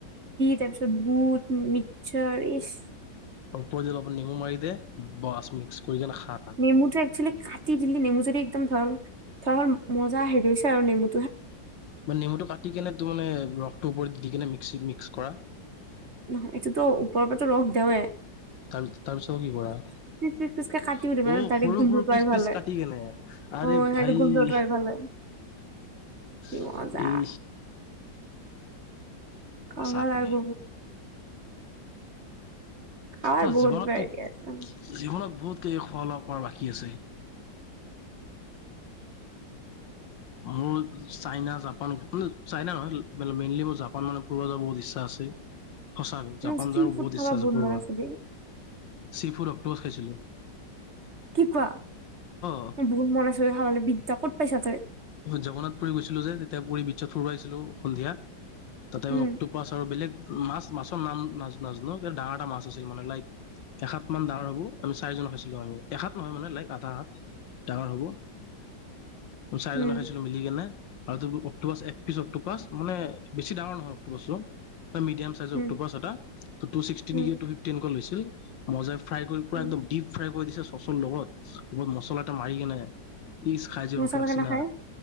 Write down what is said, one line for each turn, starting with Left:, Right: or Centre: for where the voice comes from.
Right: তাৰপিছত বুট মিক্সসাৰ ইচ
Left: ওপৰদি অলপ নেমু মাৰি দে বাছ মিক্স লৈকেনে খা
Right: নেমুটো একচুৱেলি কাটি দিলি নেমুজদি একদম ধৰ ধৰল মজা হেৰি হৈছে আৰু নেমু
Left: মানে নেমুটো কাটি কেনে তো মানে ৰসটোৰ ওপৰত দি কিনে মিক্সিত্স <unintelligible> কৰা
Right: নহয় এইটোতো ওপৰৰ পৰা ৰস দেওৱে
Left: <unintelligible> তাৰ পিছত কি কৰা অ
Right: পিচ পিচকে কাটিও দিবা ডাইৰেক্ট
Left: সৰু
Right: গোন্ধটো
Left: সৰু পিচ-পিচ
Right: আহি ভাল লাগে
Left: কাটি কেনে আৰে
Right: অ
Left: ভাই
Right: সেইটো গোন্ধটো
Left: ই
Right: আহি ভাল লাগে কি মজা কঙাগিব
Left: সঁচাকে
Right: খাৱাৰ
Left: অ
Right: বহুত
Left: জীৱনতো
Right: ভেৰাইটি
Left: জীৱনত
Right: আছে
Left: বহুত গোট শলকৰ বাকী আছে। মোৰ চাইনা জাপ কো চাই নহয় মানে মেইনলি ম জাপান মানে ফুৰব যাব বহুত ইচ্ছা আছে। সঁচাক
Right: মোৰ
Left: জাপান
Right: চি
Left: যোৱাৰো
Right: ফুড
Left: বহুত
Right: খাব
Left: ইচ্ছা আছে। ফূবা
Right: মন বে
Left: চি ফুড অক্টোপাছ খাইছিলো।
Right: কি কোৱা
Left: অ
Right: বহুত মন চ খাবালে বিদ্যা ক'ত পাইছা তই
Left: জগন্নাথ পুৰি গৈছিলো যে, তেতিয়া পুৰী বিশ্বত ফুৰুবাইছিলো সন্ধিয়া। তাতে
Right: উম
Left: অক্ট্ৰোপাছ আৰু বেলেগ মাছ-মাছৰ নাম নাজ নাজানো ডাঙৰ এটা মাছ আছিল। মানে লাইক এসাত মান ডাঙৰ হ'ব আমি চাৰিজন খাইছিলো আৰু এসাত নহয় মানে লাইক আধা হাত ডাঙৰ হ'ব। তম চাৰিজনে
Right: উম
Left: খাইছিলো মিলি কেনে আৰু অক্টোপাচ এক পিছ অক্টোপাচ মানে বেছি ডাঙৰ নহয় অক্টোপাছো হয় মিডিয়াম চাইজৰটোাছ
Right: উম
Left: এটা টু ছিক্সটিন
Right: উম
Left: ফিফটনকৈ লৈছিল। মজে ফ্ৰাই কৰি পোৰা
Right: উম
Left: একদম ডিপ ফ্ৰাই কৈ দিছে চচৰ লগত লগত মছলা এটা মাৰি কেনে ইজ খাজি
Right: মজা
Left: ৰখ লাগ
Right: লাগে
Left: <inaudible>
Right: না খাই